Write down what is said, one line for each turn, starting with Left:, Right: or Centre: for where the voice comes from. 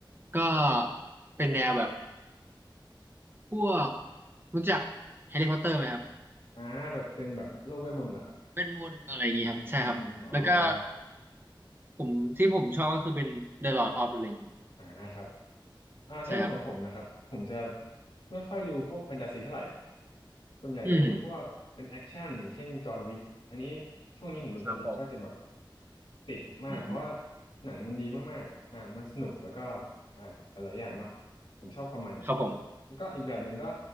Right: ก็เป็นแนวแบบพวกรู้จักแฮร์รี่พอตเตอร์ไหมครับ
Left: อ่าแบบเป็นแบบโลกเวทมนต์เหรอครับ
Right: เวทมนต์อะไรอย่างงี้ครับใช่ครับแล้วก็
Left: อืมอืมอืมอมอ๋ออ๋อ
Right: ผมที่ผมชอบก็คือเป็น The Lord of the Rings ครับ
Left: อ่าครับ อ่าถ้าเป็นของผมนะครับผมจะ
Right: ใช่ครับ
Left: ไม่ค่อยดูพวกแฟนตาซีเท่าไหร่ส่วนใหญ่จะดูพวกเป็นแอคชั่นอย่างเช่นจอห์นวิกอันนี้
Right: อืม
Left: ช่วงนี้ผมดูจอห์นวิกก็จะแบบ
Right: ครับผม
Left: ติดมากเพราะว่า
Right: อืม
Left: หนังมันดีมากๆอ่ามันสนุกแล้วก็อ่าหลายๆอย่างเนาะผมชอบความมัน
Right: ครับผม
Left: แล้วก็อีกแบบหนึ่งก็